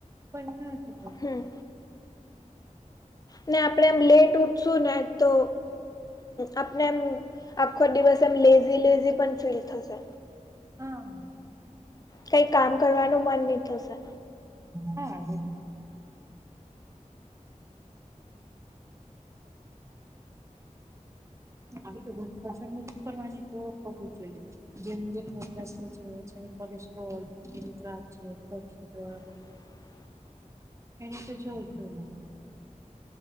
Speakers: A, on the right; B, on the left.
A: પણ ન
B: હમ. ને આપણે એમ લેટ ઉઠશુ ને તો આપણે એમ આખો દિવસ એમ લેઝી લેઝી પણ ફીલ થશે.
A: હમ.
B: કઈ કામ કરવાનું મન નહી થશે.
A: હા. આવી નથી કરવાની તો કરવું જ જોઈએ. જેનું જેસ્ છે જે કોલેસ્ટ્રોલ ન ત્રાસ છે બ્ગર.
B: હ <inaudible>
A: એને તો જોય થયું.